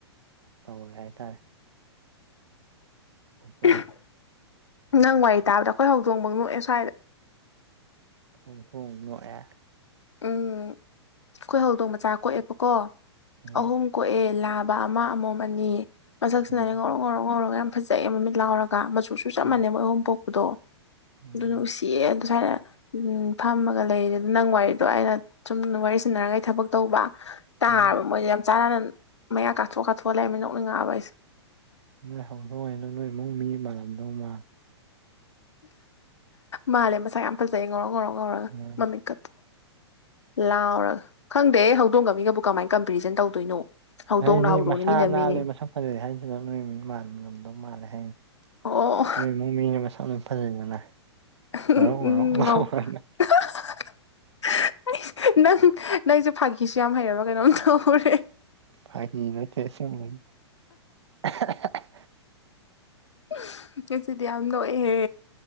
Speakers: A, on the right; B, on the left.
A: ꯇꯧꯋꯦ ꯍꯥꯏꯇꯥꯔꯦ ꯑꯗꯨꯅ
B: <unintelligible> ꯅꯪ ꯋꯥꯔꯤ ꯇꯥꯕꯗ ꯑꯩꯈꯣꯏ ꯍꯧꯗꯣꯡꯕꯣꯛ ꯅꯣꯛꯑꯦ ꯁ꯭ꯋꯥꯏꯗ
A: ꯍꯣꯡꯅ ꯍꯣꯡ ꯅꯣꯛꯑꯦ
B: ꯎꯝ ꯑꯩꯈꯣꯏ ꯍꯧꯗꯣꯡ ꯃꯆꯥ ꯀꯣꯛꯑꯦꯕꯀꯣ
A: ꯎꯝ
B: ꯑꯍꯨꯝ ꯀꯣꯛꯑꯦ ꯂꯥ ꯕ ꯑꯃ ꯑꯃꯣꯝ ꯑꯅꯤ ꯃꯁꯛꯁꯤꯅꯅꯦ
A: ꯎꯝ
B: ꯉꯧꯔꯣꯛ ꯉꯧꯔꯣꯛ ꯉꯧꯔꯒ ꯌꯥꯝ ꯐꯖꯩꯌꯦ ꯃꯃꯤꯠ ꯂꯥꯎꯔꯒ ꯃꯆꯨꯁꯨ ꯆꯞ
A: ꯎꯝ
B: ꯃꯥꯟꯅꯩ ꯃꯣꯏ ꯑꯍꯨꯝ ꯄꯣꯛꯄꯗꯣ
A: ꯎꯝ
B: ꯑꯗꯨ ꯅꯨꯡꯁꯤ ꯇꯦ ꯑꯗꯨ ꯁꯨꯃꯥꯏꯅ ꯐꯝꯃꯒ ꯂꯩ ꯅꯪ ꯋꯥꯔꯤ ꯑꯗꯣ ꯑꯩꯅ ꯁꯨꯝ ꯋꯥꯔꯤ ꯁꯟꯅꯔꯒ ꯑꯩ ꯊꯕꯛ ꯇꯧꯕ ꯇꯥꯔꯕ
A: ꯎꯝ
B: ꯃꯣꯏꯖꯦ ꯌꯥꯝ ꯆꯥꯟꯅꯅ ꯃꯌꯥ ꯀꯥꯊꯣꯛ ꯀꯥꯊꯣꯛꯑ ꯂꯩꯔꯝꯃꯦ ꯅꯣꯛꯅꯤꯡꯉꯛꯕ ꯑꯩꯁꯦ
A: ꯅꯣꯏ ꯍꯧꯗꯣꯡꯒꯩꯅ ꯅꯣꯏ ꯏꯃꯨꯡ ꯃꯤ ꯃꯥꯟꯂꯝꯗꯧ ꯃꯥꯜ
B: ꯃꯥꯜꯂꯦ ꯃꯁꯛ ꯌꯥꯝ ꯐꯖꯩ ꯉꯧꯔꯣꯛ ꯉꯧꯔꯣꯛ ꯉꯧꯔꯒ
A: ꯎꯝ
B: ꯃꯃꯤꯠꯀꯗꯣ ꯂꯥꯎꯔꯒ ꯈꯪꯗꯦꯍꯦ ꯍꯧꯗꯣꯡꯒ ꯃꯤꯒꯕꯨ ꯀꯃꯥꯏꯅ ꯀꯝꯄꯦꯔꯤꯖꯟ ꯇꯧꯗꯣꯏꯅꯣ ꯍꯧꯗꯣꯡꯅ
A: ꯍꯥꯏꯗꯤ
B: ꯍꯧꯗꯣꯡꯅꯤ
A: ꯃꯁꯥ
B: ꯃꯤꯅ
A: ꯅꯥꯜꯂꯦ
B: ꯃꯤꯅꯤ
A: ꯃꯁꯛ ꯐꯖꯩ ꯍꯥꯏꯖꯤꯅ ꯅꯣꯏ ꯃꯤ ꯃꯥꯟꯂꯝꯗꯧ ꯃꯥꯜꯂꯦ ꯍꯥꯏꯅꯤ
B: ꯑꯣ
A: ꯅꯣꯏ ꯏꯃꯨꯡ ꯃꯤꯅ ꯃꯁꯛ ꯂꯣꯏ ꯐꯖꯩꯗꯅ
B: <unintelligible> ꯎꯝ
A: ꯉꯧꯔꯣꯛ ꯉꯧꯔꯣꯛ ꯂꯥꯎꯔꯒ
B: ꯉꯧ <unintelligible> ꯑꯩꯁ ꯅꯪ ꯅꯪꯁꯨ ꯐꯥꯒꯤꯁꯨ ꯌꯥꯝ ꯍꯩꯔꯕ ꯀꯩꯅꯣꯝ ꯇꯧꯔꯦ
A: ꯐꯥꯒꯤ ꯅꯠꯇꯦ ꯑꯁꯦꯡꯕꯩ <unintelligible>
B: <unintelligible> ꯉꯥꯁꯤꯗꯤ ꯌꯥꯝ ꯅꯣꯛꯑꯦꯍꯦ